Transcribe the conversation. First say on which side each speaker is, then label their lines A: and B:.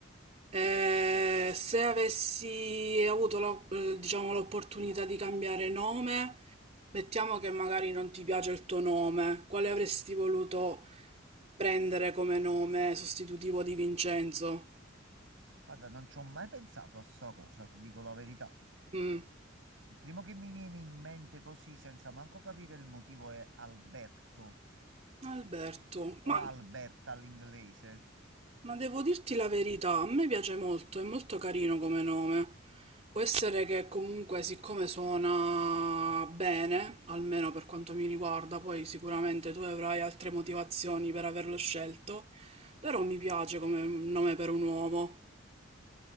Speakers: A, on the right (about 35°); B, on the right (about 75°).
A: Eh, se avessi avuto l'o- eh, diciamo, l'opportunità di cambiare nome, mettiamo che magari non ti piace il tuo nome, quale avresti voluto prendere come nome sostitutivo di Vincenzo?
B: Guarda, non ci ho mai pensato a sta cosa, ti dico la verità.
A: Mm,
B: Il primo che mi viene in mente così, senza manco capire il motivo, è Alberto
A: Alberto, ma
B: o Alberta all'inglese.
A: Ma devo dirti la verità, a me piace molto, è molto carino come nome. Può essere che comunque, siccome suona bene, almeno per quanto mi riguarda, poi sicuramente tu avrai altre motivazioni per averlo scelto, però mi piace come nome per un uomo.